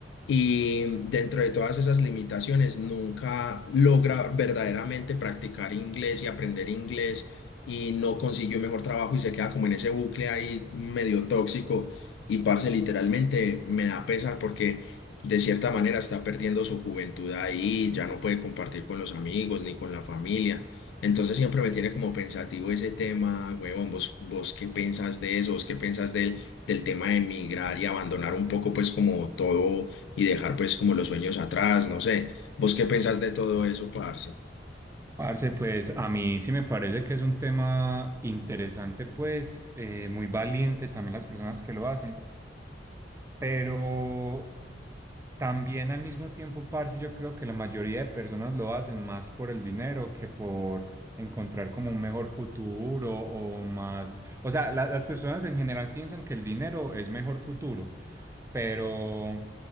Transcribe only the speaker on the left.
Y dentro de todas esas limitaciones, nunca logra verdaderamente practicar inglés y aprender inglés y no consiguió mejor trabajo y se queda como en ese bucle ahí medio tóxico. Y parce, literalmente me da pesar porque de cierta manera está perdiendo su juventud ahí, ya no puede compartir con los amigos ni con la familia. Entonces siempre me tiene como pensativo ese tema, huevón, vos, vos qué pensás de eso, vos qué pensás del, del tema de emigrar y abandonar un poco pues como todo y dejar pues como los sueños atrás, no sé. ¿Vos qué pensás de todo eso, parce?